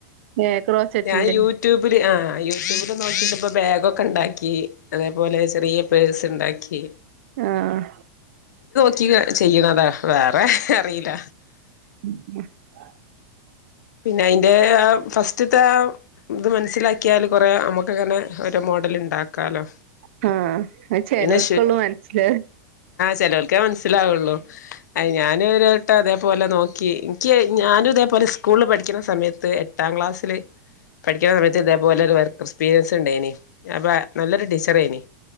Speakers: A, on the right; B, on the left.
A: ഏഹ് ക്രോച്ചറ്റിന്റെ
B: ഞാൻ യൂട്യൂബില് ആ യൂട്യൂബില് നോക്കിട്ടപ്പോ ബാഗൊക്കെ ഉണ്ടാക്കി. അതേപോലെ ചെറിയ പേഴ്സ് ഉണ്ടാക്കി.
A: ആഹ്
B: ക്കി ചെയ്യണതാ വേറെ അറിയില്ല.
A: <unintelligible>
B: പിന്നെ അയിന്റെ ഫസ്റ്റ്ത്തെ ആ ഇത് മനസ്സിലാക്കിയാൽ കൊറ നമുക്കങ്ങനെ ഒരോ മോഡൽ ഉണ്ടാക്കാലോ.
A: ആഹ് അത് ചെലോർക്കൊള്ളു
B: പിന്നെ
A: മനസ്സിലാവ
B: ചിലർക്കേ മനസ്സിലാവുള്ളൂ. അ ഞാൻ നേരിട്ട് അതേപോലെ നോക്കി എനിക്ക് ഞാനും ഇതേപോലെ സ്കൂളിൽ പഠിക്കുന്ന സമയത്ത് എട്ടാം ക്ലാസില് പഠിക്കുന്ന സമയത്ത് ഇതേപോലക്കെ വർക്ക് എക്സ്പീരിയൻ ഉണ്ടെനി അപ്പ നല്ലൊരു ടീച്ചറെ നി